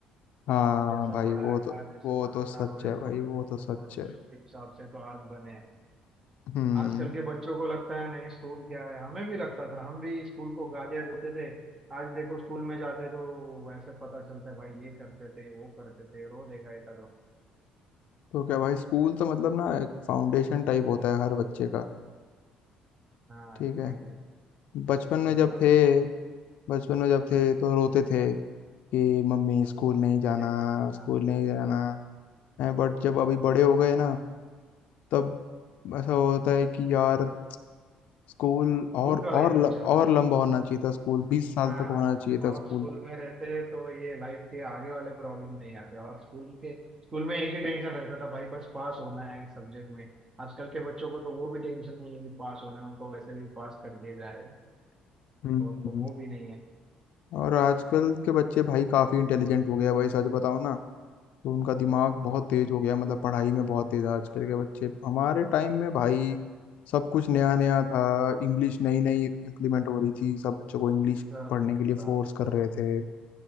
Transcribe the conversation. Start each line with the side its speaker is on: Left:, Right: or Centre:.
Left: हाँ
Right: वहाँ जैसा
Left: भाई
Right: पढ़ाया
Left: वो तो
Right: गया जैसे
Left: वो
Right: संस्कार
Left: तो सच
Right: हुए
Left: है भाई
Right: जो हमें
Left: वो तो सच
Right: वहाँ
Left: है
Right: उसी हिसाब से तो आज बने हैं
Left: हम्म
Right: आजकल के बच्चों को लगता है नहीं स्कूल क्या है हमें भी लगता था हम भी स्कूल को गालियां देते थे आज देखो स्कूल में जाते तो ऐसे पता चलता है भाई ये करते थे वो करते थे रो देगा एक दो
Left: तो क्या भाई स्कूल तो मतलब ना एक फाउंडेशन टाइप होता है हर बच्चे का
Right: हाँ
Left: ठीक है
Right: सही
Left: बचपन में
Right: सही
Left: जब
Right: बात
Left: थे
Right: है
Left: बचपन में जब थे तो रोते थे कि मम्मी स्कूल नहीं जाना
Right: नहीं जानना
Left: स्कूल नहीं जाना बट जब अभी बड़े हो गए ना तब ऐसा होता है कि यार स्कूल
Right: स्कूल
Left: और
Right: का लाइफ
Left: और ल,
Right: अच्छा
Left: और
Right: था
Left: लंबा
Right: <laughs>
Left: होना चाहिए था स्कूल बीस साल
Right: हाँ
Left: तक होना चाहिए था
Right: और
Left: स्कूल
Right: स्कूल में रहते तो ये लाइफ के आगे वाले प्रॉब्लम नहीं आते और स्कूल के स्कूल में एक ही टेंशन रहता था भाई बस पास होना है सब्जेक्ट में आजकल के बच्चों को तो वो भी टेंशन नहीं है कि पास होना है उनको वैसे भी पास कर दिया जाए
Left: हम्म
Right: तो उनको
Left: हम्म।
Right: वो भी नहीं है
Left: और आजकल के बच्चे भाई काफी इंटेलिजेंट हो गया भाई सच बताऊं ना तो उनका दिमाग बहुत तेज हो गया मतलब पढ़ाई में बहुत तेज है आजकल के बच्चे हमारे टाइम में भाई सब कुछ नया नया था इंग्लिश नई नई इम्प्लीमेंट हो रही थी सब बच्चों को इंग्लिश
Right: सब
Left: पढ़ने
Right: नहीं होता
Left: के लिए फोर्स कर
Right: है।
Left: रहे
Right: <laughs>
Left: थे